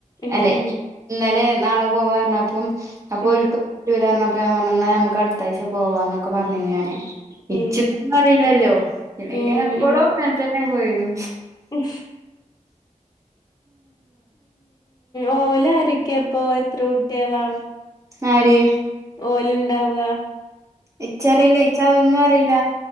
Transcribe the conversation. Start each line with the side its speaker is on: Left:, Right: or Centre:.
Left: ഉം
Right: അല്ലെ
Left: ഉം
Right: ഇന്നലെ നാളെ പോവാഞ്ഞ അപ്പം
Left: ഉം
Right: ഓൽക്ക് പറ്റൂല പറഞ്ഞപപം അപ്പം പറഞ്ഞു നമുക്ക് അടുത്താഴ്ച പോവാന്നൊക്കെ പറഞ്ഞിനി ഞാന് ഇച്ചിപ്പം
Left: ഏ
Right: അറിയില്ലല്ലോ ഇല്ലെങ്കിൽ
Left: ഉം
Right: എപ്പോഴോ ത്തന്നെ പോയിണ്
Left: ഉം ഓല ആരൊക്കെപ്പം എത്ര കുട്ടികളാ
Right: ആര്
Left: ഓലുണ്ടാവാ
Right: ഇച്ചറിയില്ല ഇച് അതൊന്നും അറിയില്ല